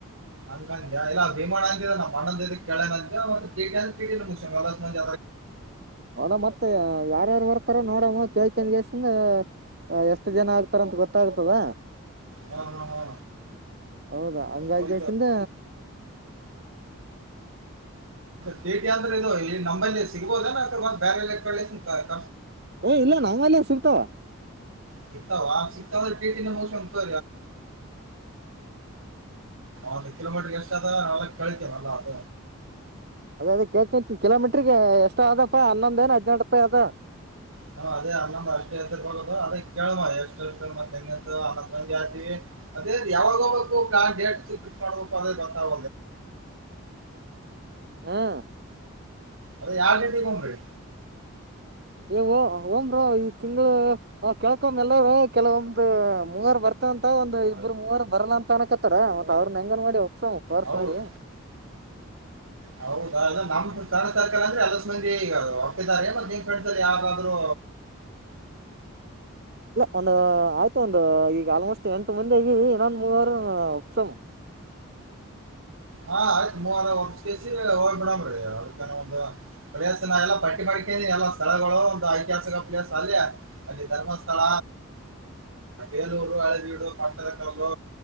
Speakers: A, on the right; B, on the right.
A: ಹಂಗಂ ಇಲ್ಲ ಭೀಮಣ ಅಂತಿದೆ ನಮ್ಮ ಅಣಂದ ಕೇಳ ಅಂತ ಮತ್ತ ಕಿ ಅ ನ
B: ನೋಡ ಮತ್ತೆ ಯಾರ್ಯಾರು ಬರ್ತಾರ ನೋಡಮ್ಮ ಕೇಳ್ಕನ್ಸಂದ ಎಷ್ಟು ಜನ ಆಗ್ತಾರ ಅಂತ ಗೊತ್ತಾಗ್ತದ
A: ಹಾ ಹಾ ಹಾ
B: ಹೌದಾ ಹಂಗಾಗಸಂದ್ರ
A: ಹೌದು ಚೇಟಿ ಅಂದ್ರೆ ಇದು ನಂಬಲ್ಲಿ ಸಿಗ್ಬೋದಏ ಅಕ ಬಂದ ಬೇರೆ ಎಲ್ಲ ಕ
B: ಏ ಇಲ್ಲ ನಮ್ಮಲ್ಲಿ ಸುಗ್ತಾವ
A: ಸಿಾವ ಆ ಸೀತಾವ ಕೆೇಟ ನ ಮೌಸ ತೋ ಒಂದು ಕಿೋಮೀಟರ್ ಎಷ್ಟ ಆದ ನ ಕಳಿತ ನಲ್ಲ ಅದ
B: ಅ ಕಿಲೋಮೀಟ್ರಿಗೆ ಎಷ್ಟ ಅದಪ್ಪ ಹನ್ನೊಂದ ಏ ಹದಿನಂಟ ರೂಪಾಯಿ ಅದ
A: ನ ಅದೇ ಅನ್ನಂದ ಅಷ್ಟೇ ಎ ಬ ಅದೇ ಕೇಳ ಎಷ್ಟು ಅಷ್ಟ ಹೆಂಗಂತ ಅ ಜಾತಿ ಅದೇ ಯಾವಾಗ ಕದ ಕ ಆಗ ಕ
B: ಹಾ
A: ಅದ ಯಾರ ರ ತಗೊಂಡ್ರಿ
B: ಏವೋ ಓಮ್ರ ಈ್ ತಿಂಗಗಳು ಕೇಳ್ಕೊಮ್ಮ ಎಲ್ಲಾರ ಕೆಲವೊಂದಂದು್ ಮುಂಗಾರ ಬರ್ತ ಮ ಅಂತ ಒಂದಂದು ಇಬ್ಬರು ಮೂವರು ಬರಲ್ಲ ಅಂತ ಅನಕತ್ತಾರ ಮತ್ ಅವ್ರನ್ನ ಹೆಂಗನ್ ಮಾಡಿ ಒಪ್ಸಪಾರ್ಸ್
A: ಹೌದ್
B: ಮಾಡಿ ಹ
A: ಹೌದಾ ನಮ್ ಸರ್ಕಾರ ಅಂದ್ರೆ ಅದ ಮಂದಿ ಒಪ್ಪಿದ್ದಾರೆ ಮತ್ತ ನಿಮ್ ಫ್ರೆಂಡ್ ಅಲ್ಲಿ ಯಾವಾದ್ರು
B: ಒಂದಂದು ಆಯ್ತು ಒಂದು ಈಗ ಆಲ್ಮೋಸ್ಟ್ ಎಂಟು ಮಂದಿ ಆಗ ಇನ್ನೊಂದ ಮೂವಾರ ಉಪ್ಸಮ ಹ
A: ಹಾ ಆಯ್ತು ಮೂವಸ್ ಬಿಡಾಮ್ರಿ ಅದ ಒ ಪರಿಯ ನಾ ಎಲ್ಲಾ ಪಟ್ಟಿ ಪಡ್ಕನಿ ಎಲ್ಲಾ ಸ್ಥಳಗಳು ಒ ಐತಿಹಾಸ ಹಲ್ಲ ಅಲ್ಲಿ ಧರ್ಮಸ್ಥಳ ಏಲೂರು ಅಳವೀಡು ಪಟ್ಟದ ಕಲು